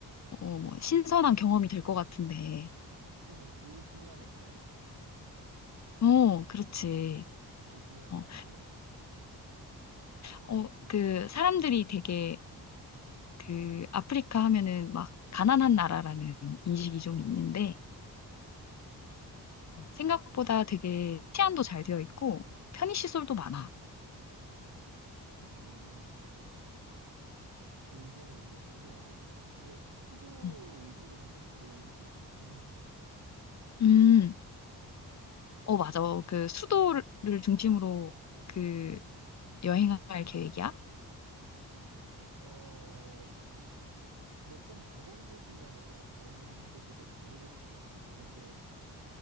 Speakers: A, on the left; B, on the right.
A: 어, 뭐 신선한 경험이 될 것 같은데.
B: 그러면 그 기간에 가야겠다.
A: 어, 그렇지.
B: 어, 그 기간에
A: 어,
B: 가서, 음,
A: 어, 그 사람들이 되게 그 아프리카 하면은 막 가난한 나라라는 인식이 좀 있는데
B: 맞아, 맞아.
A: 생각보다 되게 치안도 잘 되어 있고 편의시설도 많아.
B: 음, 그거는 되게 신기하네. 근데 수도
A: 음.
B: 위주로 좀 그렇게 돼 있을 것 같긴 해.
A: 음, 어, 맞아. 그 수도를 중심으로 그 여행할 계획이야.
B: 어, 몇 번 가본 곳이면은 내가 다른 곳도 좀 가보고 싶을 것 같긴 한데